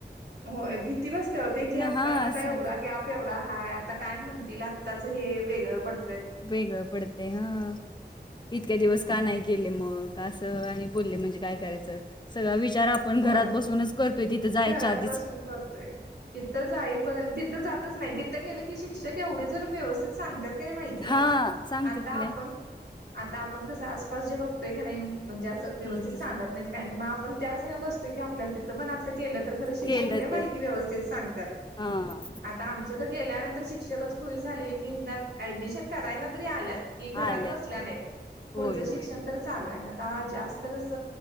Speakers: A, on the right; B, on the left.
A: होय भीती बसत होती, की आपण
B: हां
A: आता
B: असं
A: एवढा ग्याप तेवढा हाय आता काय म्हणतील आत्ताच हे वेगळं पड
B: वेगळं पडतय हा. इतक्या दिवस का नाही गेले मग असं आणि बोलले म्हणजे काय करायचं. सगळा विचार आपण
A: होय.
B: घरात बसूनच करतोय तिथं
A: घरात
B: जायच्या आधीच.
A: बसून करतोय. तिथं जाईपर्यंत तिथं जातच नाही तिथं गेलं की शिक्षक एवढी जर व्यवस्थित सांगतात क नाही माहिती,
B: हां सांगतात
A: आता
B: की नाही.
A: आपण आता आपण कसं आसपास जे बघतोय का नाही म्हणजे असं व्यवस्थित
B: हम्म हम्म
A: सांगत नाहीत काय नाही मग आपण त्याच हेन बसतो आपल्या तिथं पण असं केल तर खर शिक्षक
B: केलं
A: लई
B: तर
A: माहिती व्यवस्थित सांगतात.
B: हां
A: आता आ तिथं गेल्यानंतर शिक्षकच खुश झालेले की निदान ऍडमिशन करायला त्या आल्यात की घरात
B: आल्यात.
A: बसल्या नाहीत पुढचं
B: होय होय.
A: शिक्षण तर चालू आहे, जास्त कस